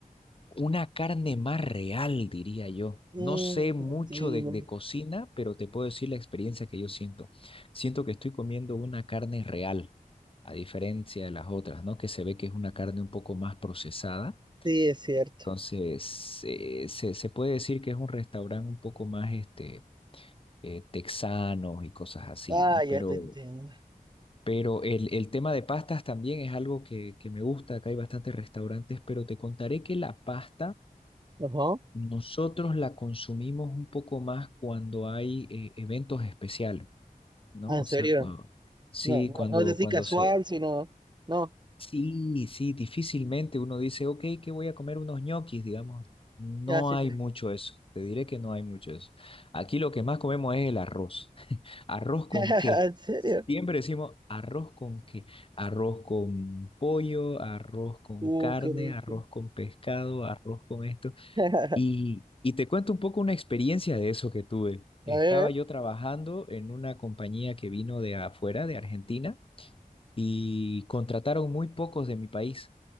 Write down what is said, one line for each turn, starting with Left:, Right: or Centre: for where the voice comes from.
Left: una carne más real, diría yo.
Right: Mm,
Left: No sé mucho
Right: te entiendo.
Left: de, de cocina, pero te puedo decir la experiencia que yo siento. Siento que estoy comiendo una carne real, a diferencia de las otras, ¿no? Que se ve que es una carne un poco más procesada
Right: Sí, es cierto.
Left: entonces, eh, se, se puede decir que es un restaurante un poco más este, eh, texano y cosas así,
Right: Ah,
Left: ¿no?
Right: ya
Left: Pero,
Right: te entiendo.
Left: pero el, el tema de pastas también es algo que, que me gusta. Acá hay bastantes restaurantes, pero te contaré que la pasta
Right: Ajá.
Left: nosotros la consumimos un poco más cuando hay eh, eventos especiales, ¿no?
Right: Ah, en
Left: O
Right: serio.
Left: sea, cuando, sí,
Right: No, no,
Left: cuando,
Right: no es así
Left: cuando
Right: casual,
Left: se
Right: sino. No.
Left: Sí, sí, difícilmente uno dice, ok, que voy a comer unos ñoquis, digamos. No
Right: Ya, sí,
Left: hay
Right: sí.
Left: mucho eso, te diré que no hay mucho eso. Aquí lo que más comemos es el arroz. ¿Arroz con
Right: <laughs>
Left: qué?
Right: En serio.
Left: Siempre decimos arroz con qué. Arroz con pollo, arroz con
Right: Uh,
Left: carne,
Right: qué rico.
Left: arroz con pescado, arroz con esto.
Right: <laughs>
Left: Y, y te cuento un poco una experiencia de eso que tuve. Estaba
Right: A ver.
Left: yo trabajando en una compañía que vino de afuera, de Argentina, y contrataron muy pocos de mi país.